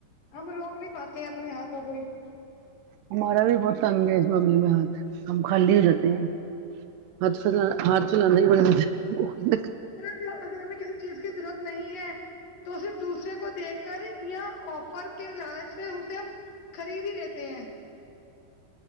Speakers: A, on the left (about 55°); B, on the right (about 75°).
A: ہم روک نہیں پاتے ہیں اپنے ہاتھوں کوئی
B: ہمارا بھی بہت تنگ ہے اس معاملے میں ہاتھ ہم خاللی رہتے ہیں ہاتھ پہ ہاتھ چلانے والے میچ
A: ہاں اگر ہمیں کسی چیز کی ضرورت نہیں ہے تو صرف دوسرے کو دیکھ کرے یا آفر کے لالچ سے اسے ہم خرید ہی لیتے ہیں